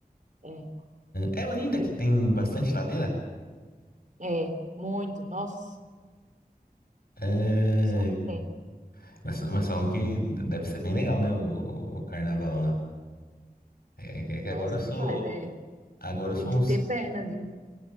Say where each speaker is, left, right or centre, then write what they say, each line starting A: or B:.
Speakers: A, on the right (about 50°); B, on the left (about 70°).
A: É,
B: É é Olinda que tem bastante ladeira?
A: é, muito. Nossa,
B: É,
A: só o que tem.
B: mas, mas falam que deve ser bem legal, né? O, o carnaval lá. É que é que
A: Nossa,
B: agora eu sou.
A: demais. É,
B: Agora eu sou
A: tem que
B: um, s-
A: ter perna, viu?